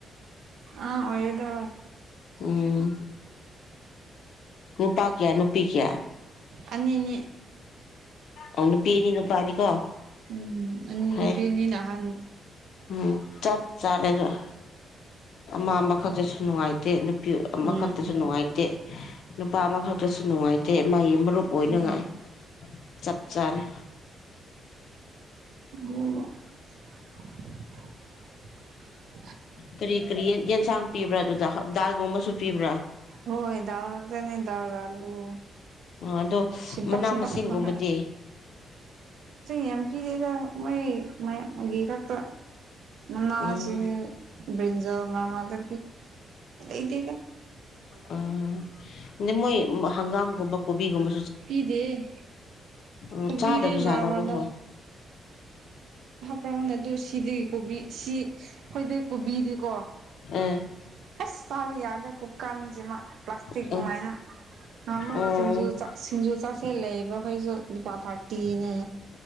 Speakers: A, on the right; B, on the left.
A: ꯑꯉꯥꯡ ꯑꯣꯏꯗꯕ
B: ꯎꯝ ꯅꯨꯄꯥ ꯀꯌꯥ ꯅꯨꯄꯤ ꯀꯌꯥ
A: ꯑꯅꯤꯅꯤ
B: ꯑꯣ ꯅꯨꯄꯤ ꯑꯅꯤ ꯅꯨꯄꯥꯅꯤꯀꯣ
A: ꯎꯝ ꯎꯝ
B: ꯐꯩ
A: ꯄꯅꯤ ꯑꯍꯟ
B: ꯎꯝ ꯆꯠ ꯆꯔ‌ꯦꯗꫭ ꯑꯃꯥ ꯑꯃꯈꯛꯇꯁꯨ ꯅꯨꯡꯉꯥꯏꯇꯦ ꯅꯨꯄꯤ ꯑꯃꯈꯛꯇꯁꯨ
A: ꯎꯝ
B: ꯅꯨꯡꯉꯥꯏꯇꯦ ꯅꯨꯄꯥ ꯑꯃꯥꯈꯛꯇꯁꯨ ꯅꯨꯡꯥꯏ ꯦ ꯃꯥꯒꯤ ꯃꯔꯨꯞ ꯑꯣꯏꯅꯉꯥꯏ
A: ꯎꯝ
B: ꯆꯞ ꯆꯥꯅ
A: ꯌꯦ
B: ꯀꯔꯤ ꯀꯔꯤ ꯌꯦꯟꯁꯥꯡ ꯄꯤꯕ꯭ꯔꯥ ꯑꯗꯨꯗ ꯗꯥꯜꯒꯨꯝꯕꯁꯨ ꯄꯤꯕ꯭ꯔꯥ
A: ꯍꯣꯏ ꯗꯗꯥ ꯂꯥꯛꯅꯤ ꯗꯗꯥꯔꯂꯨ
B: ꯑꯗꯣ
A: ꯆꯤꯟꯇꯥꯛ
B: ꯃꯅꯥ
A: ꯆꯤꯟꯇꯥꯛ
B: ꯃꯁꯤꯡꯒꯨꯝꯕꯗꯤ
A: ꯅ ꯌꯥꯝꯦꯝ ꯀꯗꯗ ꯃ ꯃ ꯀꯛꯇ ꯃꯁꯤ
B: ꯎꯝ
A: ꯕꯤꯟꯖ ꯃꯥꯃꯗ ꯏꯗꯤꯒ
B: ꯎꯝ ꯑ ꯃꯣꯏ ꯍꯪꯒꯥꯝꯒꯨꯝꯕ ꯀꯣꯕꯤꯒꯨꯝꯕ
A: ꯄꯤꯗꯦ
B: ꯎ
A: ꯀꯣꯕꯤꯗꯤ
B: ꯆꯥꯗꯕꯖꯥꯠꯅꯕꯒꯨꯝ
A: ꯃꯔꯛ ꯃꯔꯛꯇ
B: ꯃꯣꯏ
A: ꯈꯔꯅꯦ ꯑꯗꯨ ꯁꯤꯗꯤ ꯀꯣꯕꯤ ꯁꯤ ꯑꯩꯈꯣꯏꯗ ꯀꯣꯕꯤꯗꯤꯀꯣ
B: ꯑ
A: ꯑꯁ ꯇꯕ ꯌꯥꯗꯦ ꯀꯨꯀꯥꯟꯁꯤꯃ ꯄ꯭ꯂꯥꯁꯇꯤ ꯃꯥꯏꯅ
B: ꯑ
A: ꯑꯃ
B: ꯑꯣ
A: ꯁꯤꯁꯤꯡꯖ ꯆ ꯆꯁ ꯂꯩꯕ ꯍꯁꯨꯄꯥ ꯊꯥꯔꯇꯅꯦ